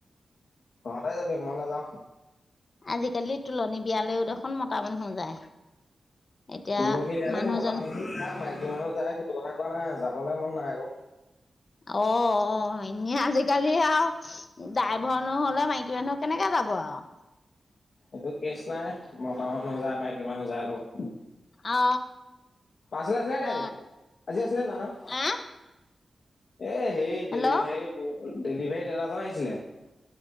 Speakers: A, on the left; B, on the left.
A: তহঁতে যাবি মই নাযাওঁ।
B: আজিকালি তোুলনি বিয়ালৈও দেখোন মতাামান হৈ যায়। এতিয়া
A: তুলনি যে
B: মানুহজনী
A: মতা মানুহ খায় মাইকী মানুহ যায় সেইটো কথা কোৱা নাই যাবলৈ মন নাই আকৌ।
B: অ এনেই আজিকালি আৰু ডাইভৰ নহলে মাইকী মানুহ কেনেকে যাব আৰু।
A: এইটো কেচ নাই মটা মানুহ যায় মাইকী মানুহ যায় লগত।
B: অ।
A: পাৰ্চেল আছিলে নি
B: হয়
A: আজি, আজি আছিলে পাৰ্চেল
B: আহ
A: এ সেই
B: হেল্ল'
A: ডেলিভাৰী ডেলিভাৰী দাদাজন আহিছিলে।